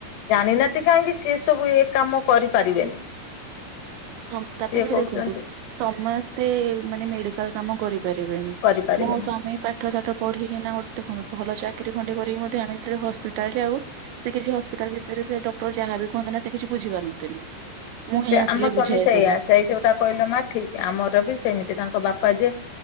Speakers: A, on the left (about 70°); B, on the right (about 80°).
A: ଜାଣିନାତି କାହିଁକି ସି ସବୁ ଏ କାମ କରିପାରିବେନି।
B: ହଁ ତାପରେ
A: ସିଏ
B: ବି
A: କହୁଛନ୍ତି
B: ଦେଖନ୍ତୁ ସମସ୍ତେ ମାନେ ମେଡିକାଲ କାମ କରି ପାରିବେନି ମୋ
A: କରିପାରିବେନି
B: ସ୍ୱାମୀ ପାଠ ସାଠ ପଢିକିନା ଗୋଟେ ଦେଖନ୍ତୁ ଭଲ ଚାକିରି ଖଣ୍ଡେ କରିକି ମଧ୍ୟ ଆମେ ଯେତେବେଳେ ହସ୍ପିଟାଲ ଯାଉ ସେ କିଛି ହସ୍ପିଟାଲ ବିଷୟରେ ସେ ଡକ୍ଟର ଯାହା ବିି କୁହନ୍ତି ନା ସେ କି ବୁଝିପାରନ୍ତିନି। ମୁଁ ହିଁ
A: ସେ
B: ଆସିଲେ
A: ଆମ ସ୍ୱାମୀ
B: ବୁଝାଏ
A: ସେଇଆ
B: ସବୁ।
A: ସେଇ ଯୋଉଟା କହିଲ ମା ଠିକ୍ ଆମର ବି ସେମିତି ତାଙ୍କ ବାପା ଯେ